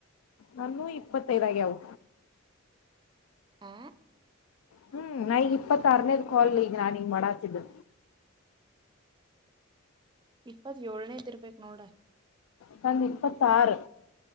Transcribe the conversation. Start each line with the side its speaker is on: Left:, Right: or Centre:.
Left: ನಾನು ಇಪ್ಪತ್ತೈದಾಗವು
Right: ಆ
Left: ಹ್ಮ್ ನಾಗ ಇಪ್ಪತ್ತರನೇದ ಕಾಲ್ ಈಗ ನಾನ್ಗ್ ಮಾಡಾತಿದ್ದ
Right: ಇಪ್ಪತ್ ಏಳ್ನೇದ ಇರ್ಬಬೇಕಕ್ ನೋಡ್ರ
Left: ತನ್ ಇಪ್ಪತ್ತ ಆರು